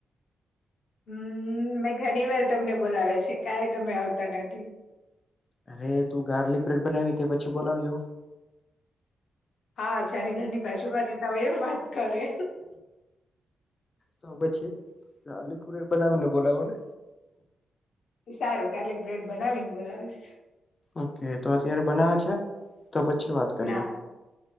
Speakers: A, on the left (about 75°); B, on the left (about 30°).
A: હમ, મેં ઘણી વાર તમને બોલાવ્યા છે, કાઈ તમે આવતા નથી.
B: અરે તું ગાર્લિક બ્રેડ બનાવી તે પછી બોલાવ જો.
A: હા, જાને ઘરની બાજુમાં રેતા ઓય એમ વાત કરે.
B: તો પછી, ગાર્લિક બ્રેડ બનાવીને બોલાવો ને.
A: એ સારું ગાર્લિક બ્રેડ બનાવી ને બોલાવીશ.
B: ઓકે તો અત્યારે બનાવે છે, તો પછી વાત કરીએ
A: ના,